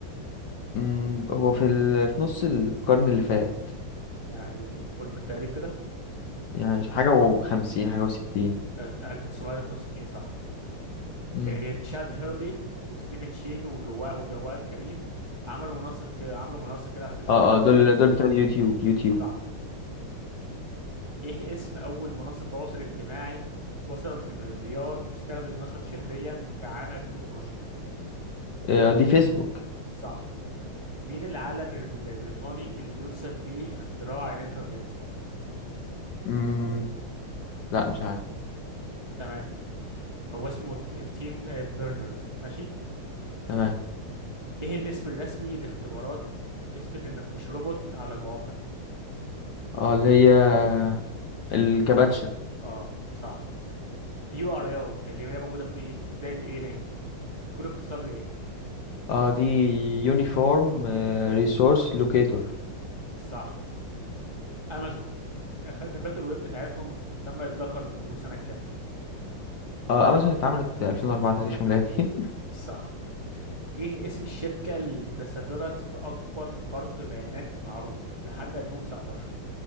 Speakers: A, on the left (about 65°); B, on the right (about 25°).
A: مم، هو في ال... في نص القرن اللي فات
B: يعني قول بالتقريب كده
A: يعني حاجة وخمسين حاجة وستين
B: آه، 1963 صح
A: مم.
B: إيه، تشاد هيرلي وستيفي تشين وجوا وجواد كريم عملوا منصة كده عملوا منصة كده على السوشيال
A: اه
B: ميديا
A: اه دول
B: اللي هي
A: دول بتوع يوتيوب يوتيوب
B: صح ايه اسم اول منصة تواصل اجتماعي وصلت لمليار مستخدم نشط شهريا في عام 2012
A: آه دي فيسبوك
B: صح مين العالم البريطاني اللي بينسب ليه اختراع الانترنت
A: مم. لا مش عارف
B: تمام هو اسمه ت- تيم آه، بيرنرز ماشي
A: تمام
B: ايه الاسم الرسمي لاختبارات اثبت انك مش روبوت على المواقع
A: اه اللي هي الكباتشا
B: اه صح يو ار ال اللي هي موجوده في ايه في بدايه ايه لينك بتكون اختصار لايه
A: اه دي يونيفورم ريسورس لوكيتور
B: صح امازون خدمات الويب بتاعتهم تم اطلاقها للجمهور سنه كام
A: اه امازون اتعملت 2004 تاريخ ميلادي
B: صح ايه اسم الشركه اللي تسببت في اكبر خرق بيانات معروف لحد 2019